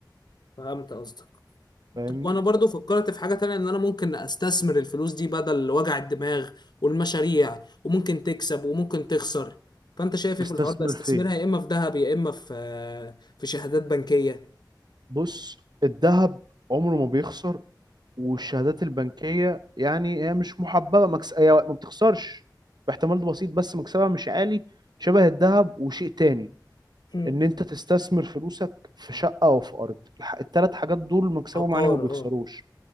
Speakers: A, on the left; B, on the right.
A: فهمت قصدك
B: فاهمني
A: طب وانا برضو فكرت في حاجة تانية ان انا ممكن استثمر الفلوس دي بدل وجع الدماغ والمشاريع وممكن تكسب وممكن تخسر فانت شايف
B: فتستثمر
A: إيه في الحوار ده استثمرها
B: فين
A: يا اما في ذهب يا اما في في شهادات بنكية
B: بص الذهب عمره ما بيخسر والشهادات البنكية يعني هي مش محببة مكس... هي ما بتخسرش باحتمال بسيط بس مكسبها مش عالي شبه الذهب وشيء تاني
A: مم.
B: ان انت تستثمر فلوسك في شقه او في ارض الح- التلات حاجات دول مكسبهم
A: عقار
B: عالي وما بيخسروش
A: اه